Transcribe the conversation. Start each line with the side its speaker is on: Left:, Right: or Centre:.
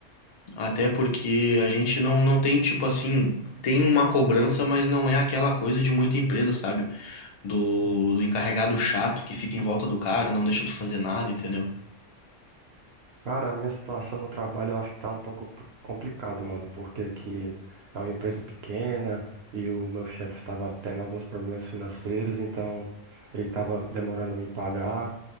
Left: Até porque a gente não, não tem, tipo assim, tem uma cobrança, mas não é aquela coisa de muita empresa, sabe? Do,
Right: Hum.
Left: do encarregado chato que fica em volta do cara, não deixa tu fazer nada, entendeu?
Right: Cara, a minha situação no trabalho eu acho que tá um pouco p- complicado, mano, porque aqui é uma empresa pequena e o meu chefe tava tendo alguns problemas financeiros, então ele tava demorando a me pagar.